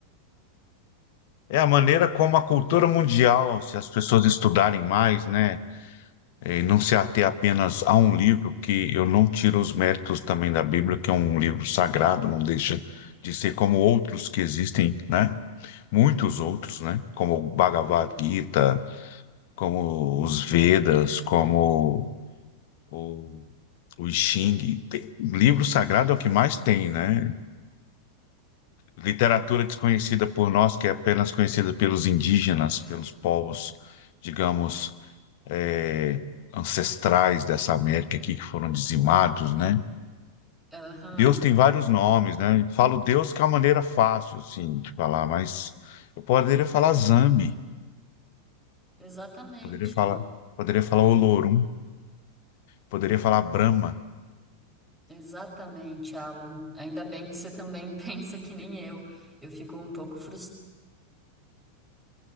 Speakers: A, on the left; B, in the centre.
A: É a maneira como a cultura mundial, se as pessoas estudarem mais, né, e não se ater apenas a um livro, que eu não tiro os méritos também da Bíblia, que é um livro sagrado, não deixa de ser como outros que existem, né, muitos outros, né, como o Bhagavad
B: Uhum.
A: Gita, como os Vedas, como o, o Xing. Tem- livro sagrado é o que mais tem, né? literatura desconhecida por nós, que é apenas conhecida pelos indígenas, pelos povos, digamos, eh, ancestrais dessa América aqui que foram dizimados, né?
B: Aham.
A: Deus tem vários nomes, né? Eu falo Deus que é uma maneira fácil, assim, de falar, mas eu poderia falar Zambi,
B: Exatamente.
A: poderia falar, poderia falar Olorum, poderia falar Brahma,
B: Exatamente, Alan. Ainda bem que você também <laughs> pensa que nem eu. Eu fico um pouco frustrada,